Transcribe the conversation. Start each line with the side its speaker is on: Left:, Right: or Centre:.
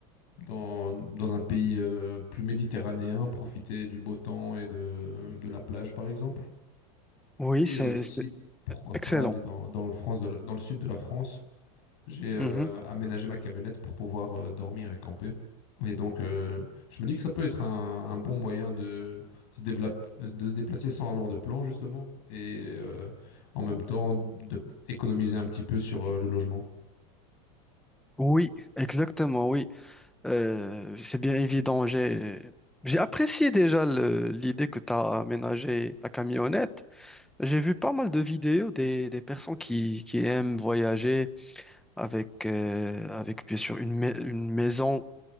Left: dans, dans un pays euh, plus méditerranéen, profiter du beau temps et de, de la plage, par exemple.
Centre: Oui,
Left: Et
Centre: c'est
Left: aussi,
Centre: c'est
Left: pourquoi
Centre: excellent.
Left: pas aller dans, dans le France de la- dans le sud de la France. J'ai euh,
Centre: Mhm.
Left: aménagé ma camionnette pour pouvoir euh, dormir et camper. Et donc, euh, je me dis que ça peut être un, un bon moyen de se développe- de se déplacer sans avoir de plan, justement, et euh, en même temps d'économiser un petit peu sur euh, le logement.
Centre: Oui, exactement, oui. Euh, c'est bien évident. J'ai j'ai apprécié déjà le- l'idée que tu as aménagé ta camionnette. J'ai vu pas mal de vidéos des, des personnes qui, qui aiment voyager avec, euh, avec bien sûr une, mai- une maison